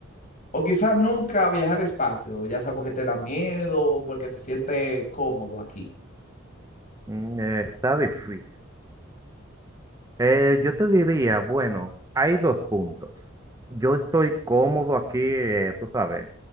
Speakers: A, on the left (about 40°); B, on the right (about 15°).
A: O quizás nunca viajar al espacio, ya sea porque te da miedo o porque te sientes cómodo aquí.
B: Mm, eh, Está difícil. Eh, yo te diría, bueno, hay dos puntos. Yo estoy cómodo aquí, eh, tú sabes,